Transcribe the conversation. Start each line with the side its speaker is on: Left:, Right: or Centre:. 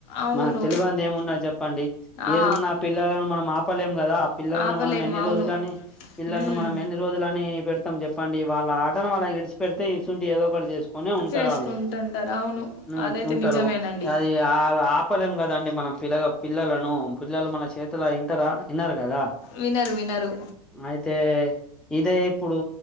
Left: అవును
Centre: మనకు తెల్వంది ఏమున్నా చెప్
Left: ఆ
Centre: ఏదున్న పిల్లలం మనం ఆపలేము కదా పిల్లలను
Left: ఆపలేము
Centre: మనం ఎన్ని
Left: అవును
Centre: రోజులని పిల్లలను
Left: ఉమ్
Centre: మనం ఎన్ని రోజులని పెడతాం చెప్పండి వాళ్ళ ఆట అట్టని వాళ్ళని ఇడిసి పెడితే ఇసువంటియి ఏదో ఒకటి చేసు కొనే ఉంటరు
Left: చేసుకుంటుంటారు
Centre: ఆళ్ళు
Left: అవును అదైతే
Centre: వచ్చి ఉంటరు
Left: నిజమేనండి
Centre: అది ఆ ఆపలేం కదండి మనం పిల్లగ పిల్లలను పిల్లలు మన చేతుల ఇంటరా ఇనరు గదా
Left: వినరు వినరు
Centre: అయితే ఇదే ఇప్పుడు